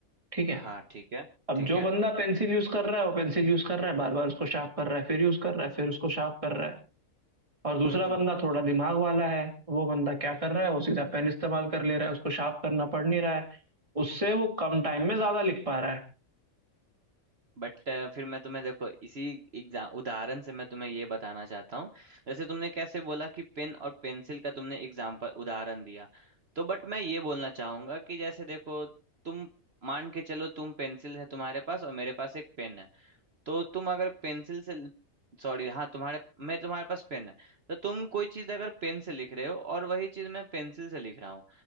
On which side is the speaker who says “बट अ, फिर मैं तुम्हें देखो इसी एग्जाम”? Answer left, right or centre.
Right